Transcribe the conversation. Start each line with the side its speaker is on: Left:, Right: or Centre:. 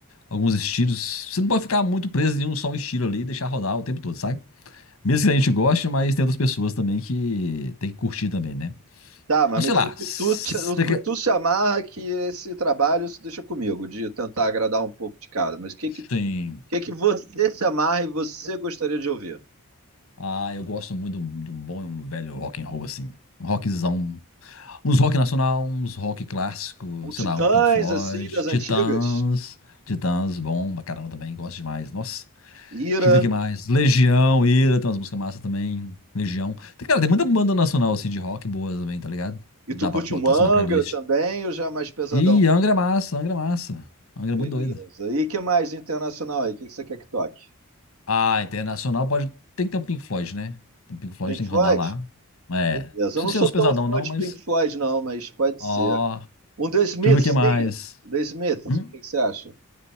Left: Alguns estilos. Você não pode ficar muito preso em um só estilo ali e deixar rodar o tempo todo, sabe? Mesmo que a gente goste, mas tem outras pessoas também que tem que curtir também, né?
Right: Tá, mas
Left: Eu
Right: me
Left: sei
Right: diz
Left: lá.
Right: o que
Left: você
Right: tu, te- o que
Left: quer-
Right: tu se amarra que esse trabalho se deixa comigo, de tentar agradar um pouco de cada. Mas o que que, o
Left: Sim.
Right: que que você se amarra e você gostaria de ouvir?
Left: Ah, eu gosto muito do, do bom e um velho rock and roll, assim. Um rockzão. Uns rock nacional, uns rock clássico,
Right: Um
Left: sei
Right: Titãs,
Left: lá, um Pink Floyd,
Right: assim, das
Left: Titãs.
Right: antigas?
Left: Titãs, bom pra caramba também, gosto demais. Nossa.
Right: Ira?
Left: Deixa eu ver o que mais. Legião, Ira, tem umas músicas massas também. Legião. Tem, cara, tem muita banda nacional, assim, de rock boas também, tá ligado?
Right: E
Left: Dá
Right: tu curte
Left: pra botar
Right: um Angra
Left: assim na playlist.
Right: também ou já é mais pesadão?
Left: e Angra é massa, Angra é massa. Angra
Right: Beleza.
Left: é muito doido.
Right: E que mais internacional aí? O que que você quer que toque?
Left: Ah, internacional pode. Tem que ter um Pink Floyd, né? Tem Um Pink Floyd
Right: Pink
Left: tem
Right: Floyd?
Left: que rodar lá. É. Não
Right: Beleza.
Left: precisa
Right: Eu não sou
Left: ser os pesadão,
Right: tão fã
Left: não,
Right: de
Left: mas.
Right: Pink Floyd, não, mas pode
Left: Ó.
Right: ser.
Left: Deixa
Right: Um The Smiths
Left: eu ver o que mais.
Right: tinha. The Smiths,
Left: Hum,
Right: o que que você acha?